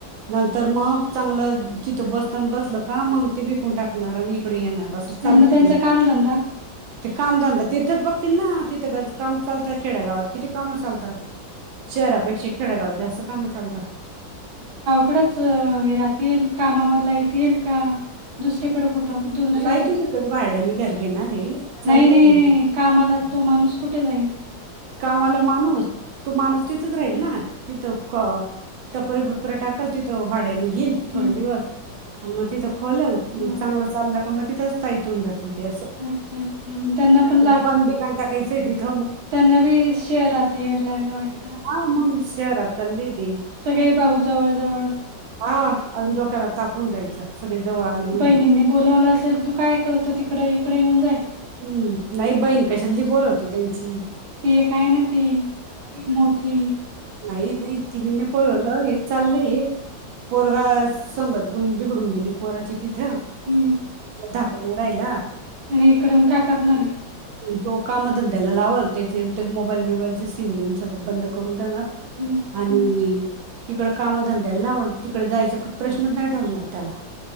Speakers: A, on the right; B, on the right.
A: नंतर मग चांगलं चिथं बसताना बसल का मग ते बिकून टाकणार आणि इकडे येणार. स चालते
B: आणि मग त्यांचा
A: ते
B: कामधंदा
A: ते कामधंदा तिथंच बघतील ना तिथं ग. काम चाल खेडगावात किती काम चालतं. शहरापेक्षा खेडागावात जास्त काम चालत.
B: इकडच हे राहात येईल कामावर येेत येईल का दुसरीेकडे कुठं कुठ दुसऱ्या
A: नाही दुसरीकडे भाड्याने घर घेणार आहे चाललंय
B: नाही नाही
A: त्यांचं
B: नाही कामाला तो माणूस कुठे? जाईल
A: कामाला माणूस तो माणूस तिथच राहील ना तिथं. टपरे बिपरे टाकल तिथं भाड्यानी घेईल थोडे
B: हम्म
A: दिवस आणि मग तिथं खोलेल मग
B: हम्म
A: चांगलं चाललं का मग तिथंचता इथून रा ते
B: अच्छा अच्छा मग त्यांना पण
A: दुकान बिकन टाकायचंय तिथ.
B: नवी शहराचा यड लागला वाट.
A: हा मग विष्यार तलदीे
B: सगळे भाऊ जवळ जवळ
A: हा अजून डोक्याला तापून जायचं सगळे जवळ आले म्हणजे
B: बहिणींनी बोलावलं असेल तू काय करत तिकडे इकडे येऊन जाय.
A: हम्म नाही बहीण कशाल दि बोल होती त्यांची
B: ती काय ना ती मोठी
A: नाही नाही तिन बोलवलं हे चाललंय. पोरगा संगत गुन बिघडून गेली पोराची तिथं.
B: हम्म
A: दाख नराहिला.
B: आणि इकडून काय करणार आहे
A: तो काम धंद्यायला लावल त्याच ते मोबाईल बबाईल सिम बम सगळ बंद करून देणार
B: हम्म
A: आणि इिकड कामधंद्याला लावल तिकडे जायच प्रश्नच नाही ठेवणार त्याला